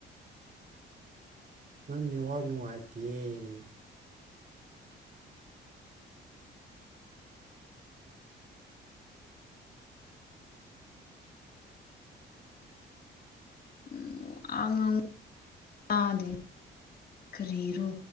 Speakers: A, on the right; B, on the left.
A: ꯅꯪ ꯅꯤꯡ ꯋꯥꯅꯣ ꯑꯇꯌꯦ
B: ꯎꯝ ꯑꯥꯡ ꯆꯥꯗꯤ ꯀꯔꯤꯔꯣ